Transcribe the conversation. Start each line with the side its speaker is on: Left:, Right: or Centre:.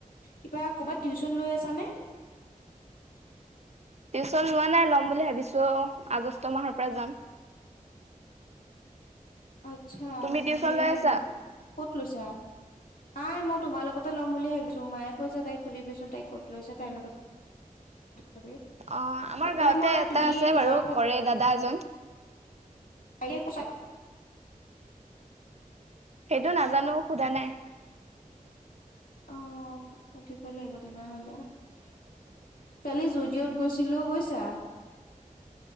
Left: কিবা ক'বাত টিউচন লৈ আছানে?
Right: টিউচন লোৱা নাই, ল'ম বুলি ভাবিছো আগষ্ট মাহৰ পৰা যাম।
Left: আচ্ছা
Right: তুমি টিউচন
Left: হেৰি,
Right: লৈ আছা
Left: ক'ত লৈছা? নাই, মই তোমাৰ লগতে ল'ম বুলি ভাবিছো। মায়ে কৈছে তাইক সুধিবিচোন তাই ক'ত লৈছে তাইৰ লগত <inaudible> <unintelligible>
Right: অ আমাৰ
Left: মানে
Right: গাঁৱতে
Left: মই,
Right: এটা
Left: তুমি
Right: আছে
Left: তোমাৰ
Right: বাৰু কৰে দাদা এজন
Left: <unintelligible> <unintelligible>
Right: সেইটো নাজানো, সোধা নাই।
Left: অ সুধিব লাগিব তেনেহলে, কালি জু দিঅত গৈছিলো বুইছা?